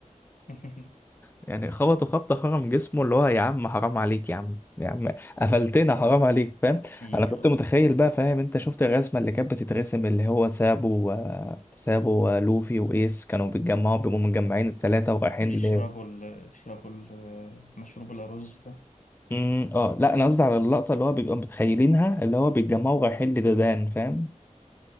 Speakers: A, on the left; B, on the left.
A: <laughs>
B: يعني خبطوا خبطة خرم جسمه اللي هو يا عم حرام عليك يا عم يا عم قفلتنا حرام عليك فاهم
A: إيه،
B: انا كنت
A: آه.
B: متخيل بقى فاهم انت شفت الرسمة اللي كانت بتترسم اللي هو سابو و- سابو ولوفي وايس كانوا بيتجمعوا بيبقوا متجمعين التلاتة ورايحين
A: يشربوا
B: ل
A: ال- يشربوا ال- مشروب الأرز ده
B: امم اه لا انا قصدي على اللقطة اللي هو بيبقى متخيلينها اللي هو بيتجمعوا رايحين لدودان فاهم